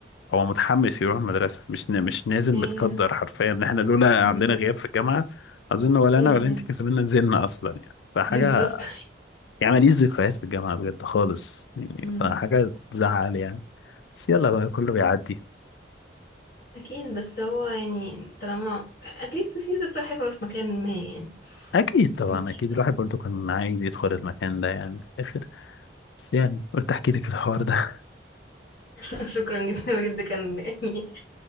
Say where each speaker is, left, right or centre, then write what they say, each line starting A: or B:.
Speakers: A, on the left (about 75°); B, on the left (about 55°).
A: هو متحمس يروح المدرسه مش ن- مش نازل
B: ايوه
A: متقدر حرفيا <laughs> ان احنا لولا
B: فاهمة.
A: عندنا غياب في الجامعه اظن ولا
B: ايوه
A: انا ولا
B: ايوه
A: انت كان زماننا نزلنا اصلا يعني فحاجه
B: بالظبط
A: يعني ماليش ذكريات في الجامعه بجد خالص يعني
B: مم.
A: فحاجه تزعل يعني بس يلا بقى كله بيعدي
B: اكيد <laughs> بس هو يعني طالما اتليست في ذكرى حلوة في مكان ما يعني
A: اكيد طبعا
B: مش-
A: اكيد الواحد برضو كان عايز يدخل المكان ده يعني في الاخر بس يعني قلت احكي لك الحوار ده
B: <laughs> شكرا جدا بجد كان يعني